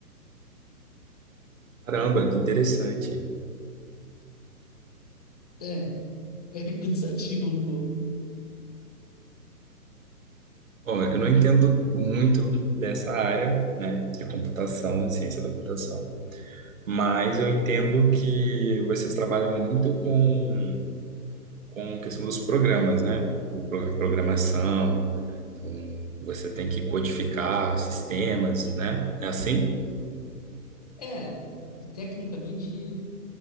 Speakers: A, on the right; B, on the left.
A: Caramba, que interessante.
B: É, <laughs> é cansativo um pouco.
A: Bom, eu não entendo muito dessa área, né, de computação, de ciência da computação, mas eu entendo que vocês trabalham muito com com a questão dos programas, né? O, pro- a programação, então você tem que codificar sistemas, né? É assim?
B: É, tecnicamente